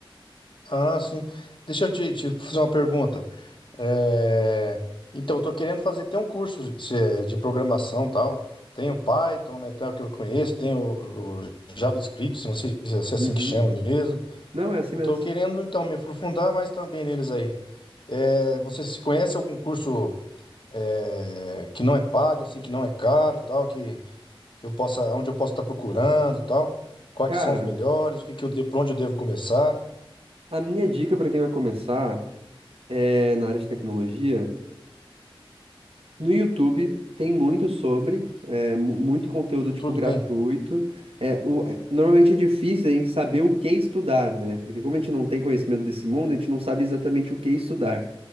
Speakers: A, on the left; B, on the right.
A: ah, sim. Deixa eu te, te fazer uma pergunta. É, Então, eu tô querendo fazer até um curso de se- é, de programação e tal. Tem o Python, né, tal, que eu conheço, tem o, o JavaScript, não sei se é se é
B: Uhum.
A: assim que chama mesmo.
B: Não, é assim
A: Eu
B: mesmo.
A: tô querendo, então, me aprofundar mais também neles aí. É, Você se conhece algum curso é, que não é pago, assim, que não é caro, tal, que que eu possa, onde eu posso estar procurando, e tal. Quais
B: Cara,
A: que são os melhores? O que que eu, de- por onde eu devo começar?
B: a minha dica para quem vai começar é, na área de tecnologia, no YouTube tem muito sobre, é, mu- muito conteúdo
A: YouTube
B: tipo gratuito.
A: tem?
B: É, o- é, normalmente é difícil a gente saber o que estudar, né? Porque como a gente não tem conhecimento desse mundo, a gente não sabe exatamente o que estudar.